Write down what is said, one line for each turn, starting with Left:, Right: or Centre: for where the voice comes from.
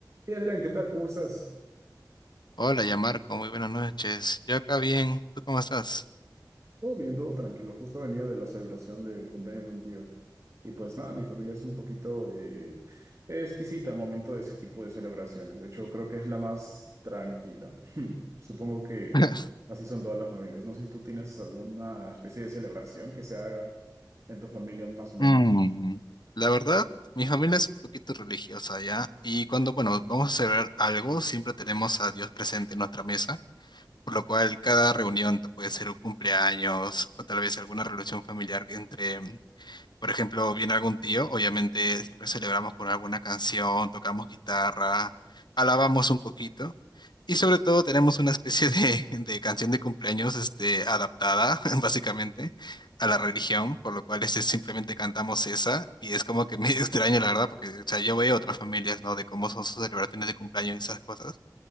Right: Y Adrián, ¿qué tal? ¿Cómo estás?
Left: Hola, ya Marco, muy buenas noches. Yo acá bien, ¿tú cómo estás?
Right: Todo bien, todo tranquilo. Justo venía de la celebración del cumpleaños de un tío. Y pues nada, mi familia es un poquito eh, exquisita al momento de ese tipo de celebraciones. De hecho, creo que es la más tranquila. Supongo que
Left: <laughs>
Right: así son todas las familias. No sé si tú tienes alguna especie de celebración que se haga en tu familia más o menos.
Left: Mm, La verdad, mi familia es un poquito religiosa ya, y cuando, bueno, vamos a celebrar algo, siempre tenemos a Dios presente en nuestra mesa, por lo cual cada reunión t- puede ser un cumpleaños o tal vez alguna relación familiar entre Por ejemplo, viene algún tío, obviamente siempre celebramos con alguna canción, tocamos guitarra, alabamos un poquito y sobre todo tenemos una especie de, <laughs> de canción de cumpleaños este, adaptada <laughs> básicamente a la religión, por lo cual este, simplemente cantamos esa y es como que <laughs> medio extraño la verdad, porque o sea, yo veo otras familias, ¿no? De cómo son sus celebraciones de cumpleaños y esas cosas.